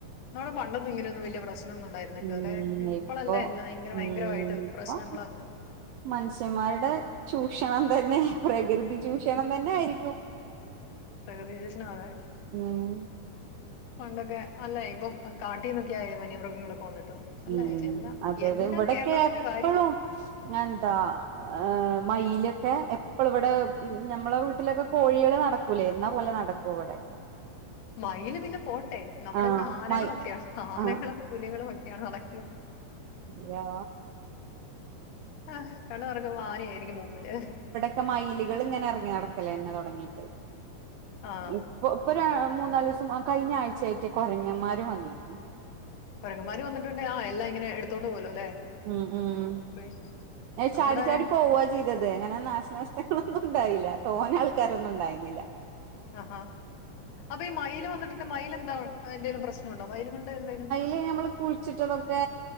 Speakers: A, on the left; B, on the right.
A: ഇന്നാലും പണ്ടൊന്നും ഇങ്ങനൊന്നും വല്യ പ്രശ്‌നൊന്നും ഉണ്ടായി രുന്നില്ലല്ലോ.
B: ഉം
A: ഇപ്പളല്ലേ
B: ഇപ്പൊ
A: എല്ലാം ഇങ്ങനെ
B: ഉം
A: വയങ്കരമായിട്ട്
B: ഇപ്പൊ
A: പ്രശ്നങ്ങളൊ
B: മനുഷ്യന്മാരുടെ ചൂഷണം തന്നെ പ്രകൃതി ചൂഷണം തന്നെ ആയിരിക്കും.
A: പ്രകൃതി ചൂഷണം അതെ.
B: ഉം
A: പണ്ടൊക്കെ അല്ല ഇപ്പം കാട്ടീന്നൊക്കെ ആയാലും വന്യമൃഗങ്ങളൊക്കെ വന്നിട്ടും അല്ലെ
B: ഉം
A: എല്ലാം
B: അതെ
A: എല്ലാം
B: അതെ. ഇവടക്കെ
A: കേരളത്തിന്റെ
B: എപ്പളും
A: കാര്യം
B: എന്താ? ഏഹ് മയിലൊക്കെ എപ്പളും ഇവിടെ ഞമ്മളെ വീട്ടിലൊക്കെ കോഴികള് നട ക്കൂലെ എന്ന പോലെ നടക്കും ഇവിടൊക്കെ.
A: മയില് പിന്നെ പോട്ടെ. നമ്മടെ
B: ആഹ്
A: ഇവിടെ ആനകളൊക്കെയാ
B: മയി
A: ആനകളും
B: ആഹ്
A: പുലികളും ഒക്കെയാണ് നടക്കുന്നേ
B: യാ
A: ആഹ് കണ്ണു തൊറക്കുമ്പോം ആനയായിരിക്കും മുമ്പില്.
B: ക്കെ മയിലുകള് ഇങ്ങനെ ഇറങ്ങി നടക്കലന്നെ തൊടങ്ങിട്ട്.
A: ആഹ്
B: ഇപ്പൊ ഇപ്പൊ രാ മൂന്നാല് ദിവസം ആഹ് കഴിഞ്ഞ ആഴ്ചയായിട്ട് കുറങ്ങന്മാര് വന്നേക്കണ്.
A: കുരങ്ങന്മാര് വന്നിട്ടുണ്ടെ ആഹ് എല്ലാം ഇങ്ങനെ എടുത്തോണ്ട് പോവുല്ലോ അല്ലെ.?
B: ഉം ഉം
A: പി- നമ്മുടെ
B: ചാടിച്ചാടി പോവാ ചി അത് അങ്ങനെ നാശനഷ്ടങ്ങളൊന്നും ഉണ്ടായില്ല. തോന ആൾക്കാരൊന്നും ഉണ്ടായിരുനില്ല.
A: ആഹാ അപ്പൊ ഈ മയില് വന്നിട്ടുണ്ടെ മയിൽ എന്താ എന്തെങ്കിലും പ്രശ്നം ഉണ്ടോ? മയിൽ കൊണ്ട് എന്തെലും
B: പ്പ ഞമ്മള് കുഴിച്ചിട്ടതൊക്കെ